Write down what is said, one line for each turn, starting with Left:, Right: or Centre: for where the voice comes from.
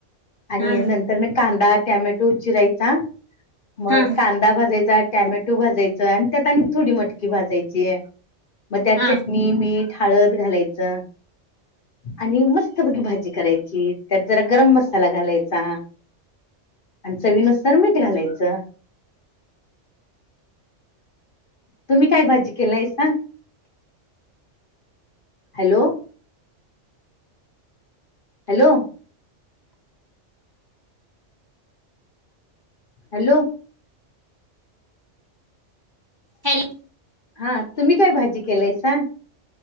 Left: आणि
Right: हम्म
Left: नंतर म कांदा टॅमॅटो चिरायचा, मग
Right: हम्म
Left: कांदा भरे जात टॅमॅटो भाजायच आणि त्यात आणि थोडी मटकी भाजायचीये. मग त्यात
Right: हा
Left: चटणी मीठ हाळद घालायचं आणि मस्त पैकी भाजी करायची त्यात जरा गरम म साला घालायचा आणि चवीनुसार मीठ घालायच. तुम्ही काय भाजी केलायसा? हॅलो. हॅलो. हॅलो.
Right: हॅल
Left: हा तुम्ही काय भाजी केलायस? हा,